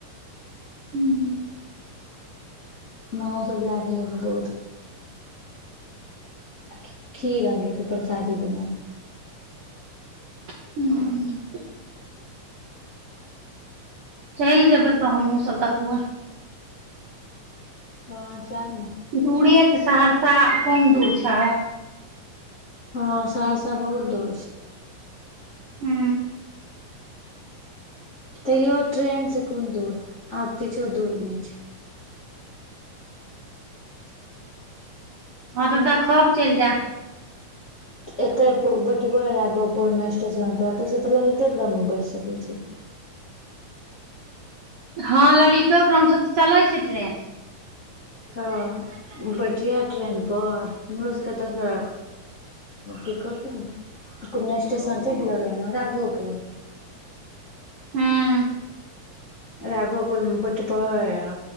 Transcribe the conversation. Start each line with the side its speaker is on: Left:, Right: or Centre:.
Right: हूं।
Left: माँओ सब लए गेल रहे दूध। आ खीर आनलके प्रचादी बना कऽ।
Right: हू। चलि जेबै तऽ हमहुँ सब देखबै।
Left: हँ जैब ने।
Right: दूरे तऽ सहरसा कम दूर छ।
Left: हँ सहरसा बहुत दूर छै।
Right: हू।
Left: तैयो ट्रेनसँ कोन दूर आब किछो दूर नहि छै।
Right: हँ तऽ देख खब चलि जायब।
Left: एतय बैठबै र गोपुरमे स्टेशन पर तऽस तऽ ललितेरामे बैठ सकैत छी।
Right: हँ ललितो ग्रामसँ तऽ चलै छै ट्रेन।
Left: हँ बैठिह ट्रेनपर हमरो सभके एत स। की कह छै कना स्टेशन छै लगे मे राघोपुर।
Right: ह्म।
Left: राघोपुर मे बैठबै आ